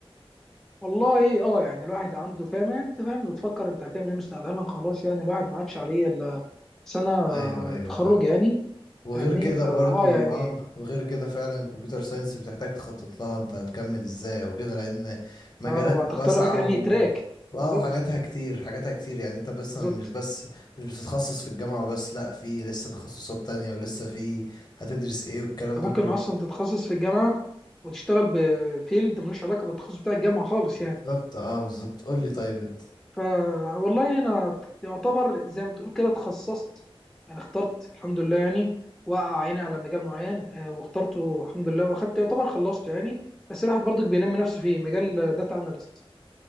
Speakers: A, in the centre; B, on the left (about 45°).
A: والله اه يعني الواحد عنده فاهم يعني انت فاهم بتفكر انت هتعمل ايه مستقبلا خلاص يعني الواحد ما عادش عليه الا سنه
B: ايوه ايوه
A: التخرج
B: فاهم
A: يعني
B: وغير
A: فاهمني
B: كده
A: فا
B: برضو
A: اه يعني
B: اه وغير كده فعلا كمبيوتر ساينس بتحتاج تخطط لها انت هتكمل ازاي او كده لان مجالاتها
A: اه وهتختار
B: واسعة
A: أك- يعني
B: و
A: تراك بالظبط
B: اه وحاجاتها كتير حاجاتها كتير يعني انت بس
A: بالظبط
B: مش بس مش بتتخصص في الجامعة وبس لا في لسه تخصصات تانية ولسه في هتدرس ايه والكلام
A: انت
B: ده
A: ممكن
B: كله
A: اصلا تتخصص في الجامعه وتشتغل بفيلد ملوش علاقه بالتخصص بتاع الجامعه خالص يعني
B: بالظبط اه بالظبط قول لي طيب انت
A: فوالله انا يعتبر زي ما تقول كده اتخصصت انا اخترت الحمد لله يعني وقع عيني على مجال معين آه، واخترته الحمد لله واخدت يعتبر خلصته يعني بس الواحد برضك بينمي نفسه فيه مجال داتا اناليست